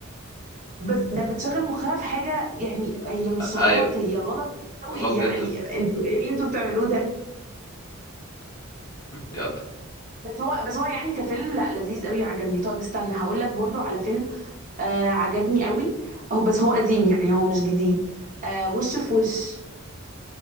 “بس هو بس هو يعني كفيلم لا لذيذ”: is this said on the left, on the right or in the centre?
Right